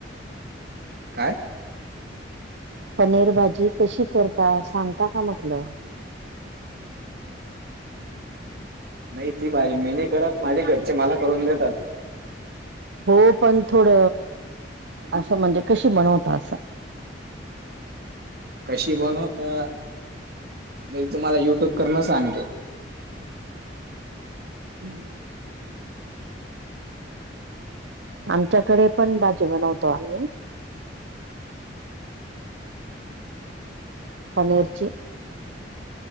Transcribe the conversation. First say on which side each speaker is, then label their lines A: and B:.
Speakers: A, on the right (about 55°); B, on the right (about 70°).
A: काय?
B: पनीर भाजी कशी करता? सांगता का? म्हटलं.
A: नाही ती भाजी मी नाही करत, माझे घरचे, मला करून देतात.
B: हो पण थोड, असं म्हणजे, कशी बनवत असं?
A: कशी बनवता? मी तुम्हाला युट्यूब करन सांगतो.
B: हम्म. आमच्याकडे पण, भाजी बनवतो आम्ही. पनीरची.